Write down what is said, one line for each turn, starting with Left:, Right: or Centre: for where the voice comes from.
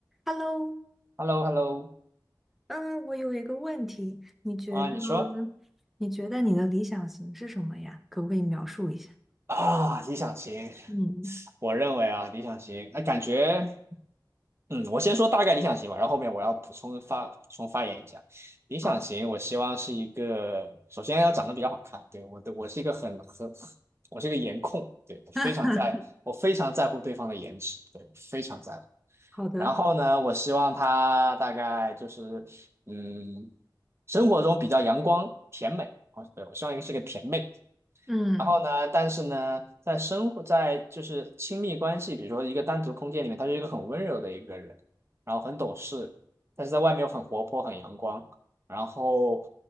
Centre: Hello，
Right: h e l l o h e l l o
Centre: 嗯，我有一个问题，你觉得
Right: 啊，你说
Centre: 你觉得你的理想型是什么呀？可不可以描述一下？
Right: 啊，理想型，
Centre: 嗯，
Right: 我认为啊，理想型，那感觉，嗯，我先说大概理想型吧，然后后面我要补充发补充发言一下。理想型，
Centre: 好，
Right: 我希望是一个，首先要长得比较好看，对，我的我是一个很很，我是一个颜控，对，我非常在，
Centre: <laughs>
Right: 我非常在乎对方的颜值，对，我非常在乎。
Centre: 好的，
Right: 然后呢，我希望他大概就是，嗯，生活中比较阳光甜美，哦，对，我希望一个是个甜妹。
Centre: 嗯
Right: 然后呢，但是呢，在生活在就是亲密关系，比如说一个单独空间里面，他是一个很温柔的一个人，然后很懂事，但是在外面又很活泼、很阳光，然后